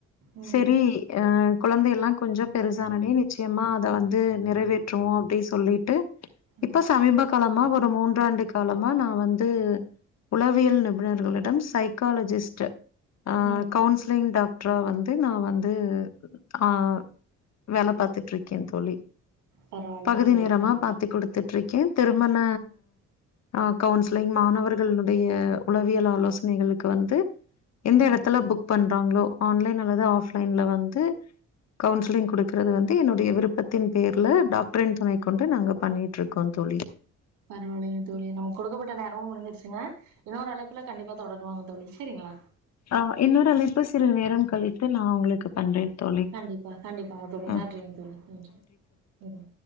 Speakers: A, on the right; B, on the left.
A: ம்
B: சரி ஆ குழந்தையெல்லாம் கொஞ்சம் பெருசானனே நிச்சயமா அதை வந்து நிறைவேற்றுவோம் அப்படி சொல்லிட்டு
A: ம்
B: இப்ப சமீப காலமா ஒரு மூன்றாண்டு காலமா நான் வந்து உளவியல் நிபுணர்களிடம் சைக்காலஜிஸ்ட் ஆ
A: ம்
B: கவுன்சிலிங் டாக்டரா வந்து நான் வந்து ஆ வேல பாத்துட்டுருக்க தோழி
A: பரவாயில்லைங்க
B: பகுதி
A: தோழி
B: நேரமா
A: பரவால்ல
B: பாத்து குடுத் துட்டுருக்க திருமண அ கவுன்சிலிங் மாணவர்களுடைய உளவியல் ஆலோசனைகளுக்கு வந்து எந்த
A: ம்
B: எடத்துல புக் பண்றாங்களோ ஆன்லைன் அல்லது ஆஃப்லைன்ல வந்து கவுன்சிலிங் கொடுக்குறது வந்து என்னுடைய விருப்பத்தின் பேர்ல டாக்டரின் துணை கொண்டு நாங்க பண்ணிட்டுருக்கோ தோழி
A: பரவாயில்லங்க தோழி நமக்கு கொடுக்கப்பட்ட நேரமும் முடிஞ்சிருச்சுங்க இன்னொரு அழைப்புல கண்டிப்பா தொடங்குவோங்க தோழி சரிங்களா
B: ஆ இன்னொரு அழைப்பு சில நேரம் கழித்து நான் உங்களுக்கு பண்றேன் தோழி
A: கண்டிப்பா கண்டிப்பாங்க தோழி
B: ம்
A: நன்றிங்க தோழி நன்றி உம்